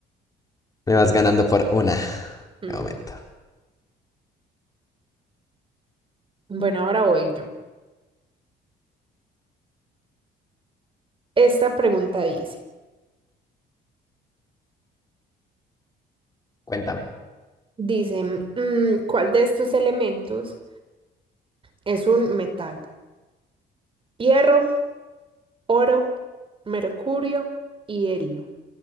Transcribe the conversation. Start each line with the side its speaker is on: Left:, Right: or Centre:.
Left: Me vas ganando por una,
Right: Mm,
Left: de momento.
Right: Bueno, ahora voy yo. Esta pregunta dice,
Left: Cuéntame.
Right: dice, mm, ¿cuál de estos elementos es un metal? Hierro, oro, mercurio y helio.